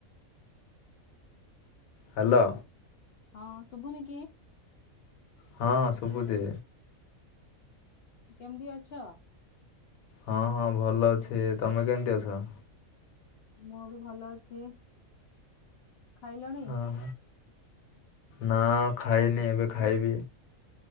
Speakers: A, on the left (about 80°); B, on the left (about 60°).
A: ହ୍ୟାଲୋ।
B: ହଁ ଶୁଭୁନି କି?
A: ହଁ ସବୁଜି।
B: କେମିତି ଅଛ?
A: ହଁ ହଁ ଭଲ ଅଛି ତମେ କେମିତି ଅଛ?
B: ମୁଁ ବି ଭଲ ଅଛି ଖାଇଲଣି?
A: ହଁ ନା ଖାଇନି ଏବେ ଖାଇବି।